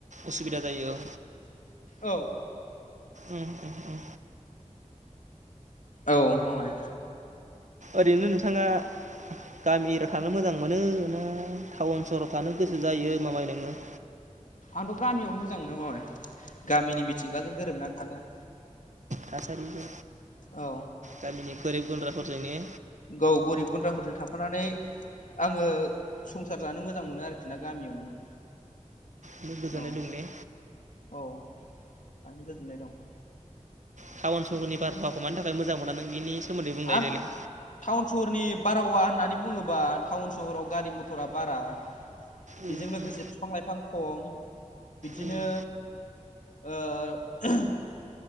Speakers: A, on the right; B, on the left.
A: उसुबिदा जायो औ
B: औ
A: उ उ उ
B: औ मामाय
A: ओरैनो नोंथाङा गामि एरियाव थानो मोजां मोन ना टाउन सहराव थानो गोसो जायो मामाय नोङो?
B: आंथ' गामियावनो मोजां मोनो मामाय गामिनि मिथिंगाजों गोरोबनानै थानो
A: थासारिबो
B: औ
A: गामिनि गोरिब गुन्द्राफोरजोंने
B: गाव गरिब गुन्द्राफोरजों थाफानानै आङो संसार जानो मोजां मोनो आरोखि ना गामियावनो
A: बि गोजोननाय
B: औ
A: दं ने
B: औ बाहायनो गोजोननाय दं
A: टाउन सहरनि बारावखौ मानि थाखाय मोजां मोना नों बिनि सोमोन्दै बुंलाय
B: आं
A: देलाय
B: टाउन सहरनि बारहावा होननानै बुङोब्ला टाउन सहराव गारि मथरा बारा
A: उम
B: बेजों लोगोसे
A: उम
B: बिफां लाइफां खम बिदिनो
A: उम
B: ओ ओह